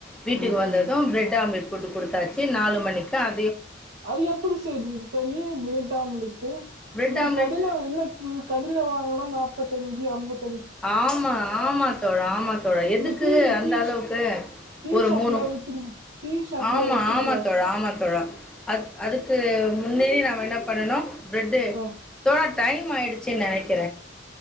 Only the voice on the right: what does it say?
ஓகே
அது எப்டி செய்றது தோழி பிரட் ஆம்லெட்டு
இங்க
கடில வாங்கனா இங்க கடில வாங்கனா நாப்பத்தஞ்சு அம்பத்
இந்த டீ
டீ
டீ
ஷாப்ல
வித்துனு டீ ஷாப்ல
வித்துனுவ
ஆ